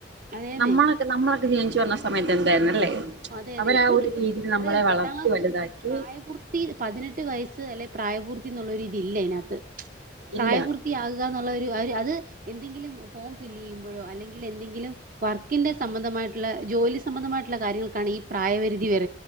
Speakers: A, on the right; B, on the right.
A: അതേന്നെ
B: നമ്മളൊക്കെ നമ്മളൊക്കെ ജീവിച്ചു വന്ന സമയത്ത് എന്തായിരുന്നല്ലേ
A: അതെ അതെ
B: അവരാ
A: ഇപ്പോഴത്തെ
B: ഒരു രീതിയിൽ നമ്മളെ
A: അത പത്താം
B: വളർത്തി
A: ക്ലാസ്
B: വലുതാക്കി
A: പ്രായപൂർത്തി പതിനെട്ട് വയസ്സ് അല്ലെ പ്രായപൂർത്തി എന്നുള്ള ഇതില്ല അതിനകത്ത് പ്രായപൂർത്തിയാകുക
B: ഇല്ല
A: അത് എന്തെങ്കിലും ഫോം ഫിൽ ചെയ്യുമ്പോഴോ അല്ലെങ്കിൽ എന്തെങ്കിലും വർക്കിന്റെ സംബന്ധമായിട്ട ജോലി സംബന്ധമായിട്ടുള്ള കാര്യങ്ങൾക്കാണ് ഈ പ്രായപരിധി